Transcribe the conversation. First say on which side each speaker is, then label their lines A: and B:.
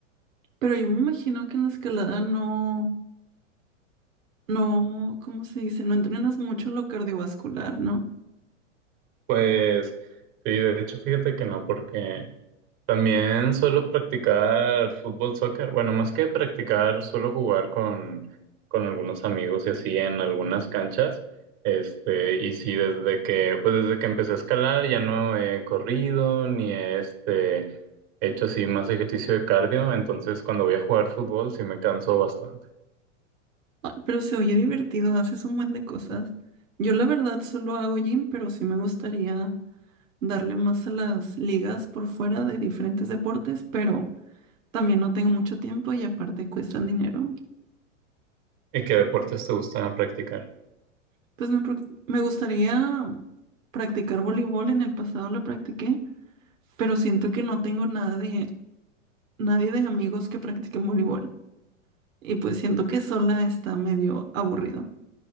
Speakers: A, on the right; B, on the right.
A: pero yo me imagino que en la escalada no. No, ¿cómo se dice? No entrenas mucho lo cardiovascular, ¿no?
B: Pues sí, de hecho fíjate que no, porque también suelo practicar fútbol, soccer. Bueno, más que practicar, suelo jugar con, con algunos amigos y así en algunas canchas. Este, y sí, desde que, pues desde que empecé a escalar ya no he corrido ni he este, hecho así más ejercicio de cardio. Entonces cuando voy a jugar fútbol sí me canso bastante.
A: Ay, pero se oye divertido, haces un buen de cosas. Yo la verdad solo hago gym, pero sí me gustaría darle más a las ligas por fuera de diferentes deportes, pero también no tengo mucho tiempo y aparte cuestan dinero.
B: ¿Y qué deportes te gusta practicar?
A: Entonces me, proc- me gustaría practicar voleibol, en el pasado lo practiqué, pero siento que no tengo nada de, nadie de amigos que practiquen voleibol y pues siento que sola está medio aburrido.